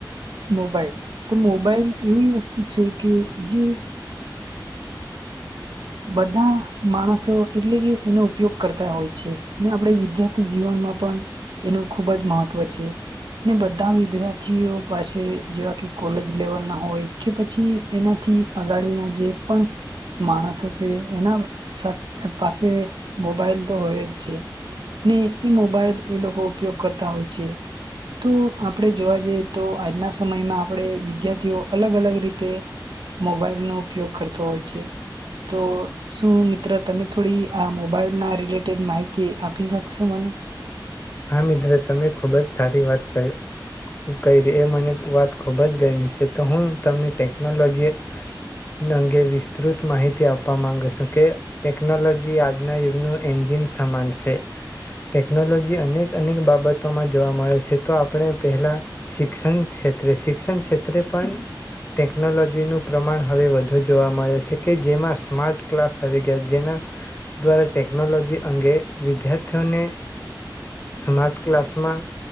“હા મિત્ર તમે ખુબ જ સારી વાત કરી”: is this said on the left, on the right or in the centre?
Left